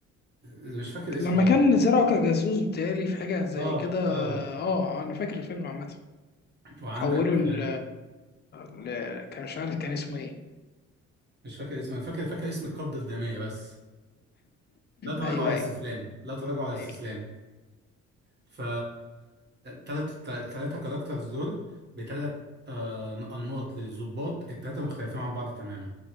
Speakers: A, on the right; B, on the left.
A: ومش فاكر اسمه
B: لما
A: ايه
B: كان زرعه كجاسوس بتهيألي في حاجة زي
A: اه
B: كده
A: اه
B: اه انا فاكر الفيلم عامة
A: وعندك
B: حولوا ل
A: يعني
B: ل- كان مش عارف كان اسمه ايه
A: مش فاكر اسمه انا فاكر فاكر اسم القبضه الداميه بس لا تراجع
B: ايوه
A: على
B: ايوه
A: استسلام لا تراجع على استسلام
B: ايوه
A: ف تلات التلاتة كاركترز دول بتلات آه، أنماط للضباط التلاتة مختلفين عن بعض تماما